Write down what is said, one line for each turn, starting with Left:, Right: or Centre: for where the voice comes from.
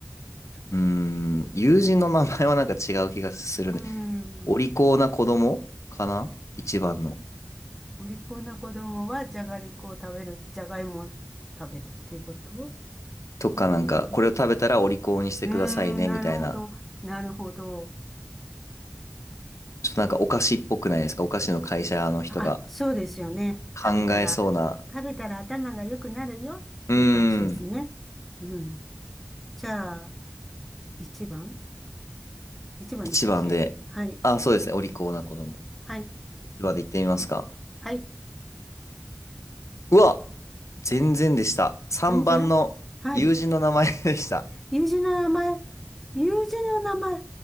Centre: りこ。
Left: うーん、友人の名前はなんか違う気がするね。
Centre: うん。
Left: お利口な子供かな一番の。
Centre: お利口な子供はじゃがりこを食べる、じゃがいもを食べるっていうこと
Left: とかなんか、
Centre: うん。
Left: これを食べたらお利口にしてくださいね、
Centre: うーん、なるほど。
Left: みたいな。
Centre: なるほど。
Left: ちょっとなんかお菓子っぽくないですかお菓子の会社の人が
Centre: あ、そうですよね。
Left: 考えそうな。
Centre: 食べたら、食べたら頭が良くなるよっていう感じですね。
Left: うーん、
Centre: うん。じゃあ、1番 ?1 番でしたっけはい。
Left: 一番で。あ、そうですね。お利口な子供。
Centre: はい。
Left: 一番で言ってみますか。
Centre: はい。
Left: うわ、全然でした。3番の友人の名前でした。
Centre: 全然はい。友人の名前。友人の名前。